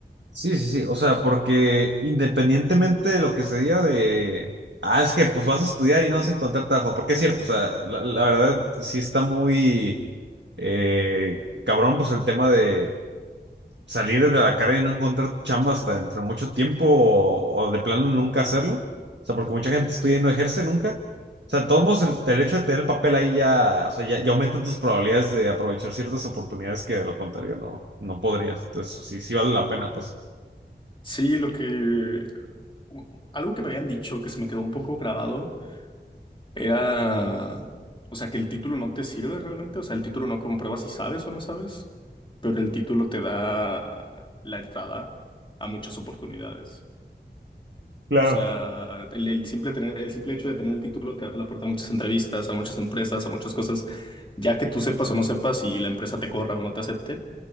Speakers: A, on the right; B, on the left.
A: Sí, sí, sí. O sea, porque independientemente de lo que se diga de, ah, es que pues vas a estudiar y no vas a encontrar trabajo, porque es cierto, o sea, la, la verdad sí está muy eh, cabrón, pues el tema de salir de la carrera y no encontrar chamba hasta dentro de mucho tiempo o, o de plano nunca hacerlo. O sea, porque mucha gente estudia y no ejerce nunca. O sea, de todos modos, el, el hecho de tener el papel ahí ya, o sea, ya, ya aumenta tus probabilidades de aprovechar ciertas oportunidades que de lo contrario no, no podrías. Entonces, sí, sí vale la pena, pues.
B: Sí, lo que... Algo que me habían dicho que se me quedó un poco grabado era, o sea, que el título no te sirve realmente, o sea, el título no comprueba si sabes o no sabes, pero el título te da la entrada a muchas oportunidades.
A: Claro.
B: O sea, el, el simple tener, el simple hecho de tener el título te abre la puerta a muchas entrevistas, a muchas empresas, a muchas cosas. Ya que tú sepas o no sepas y la empresa te corra o no te acepte,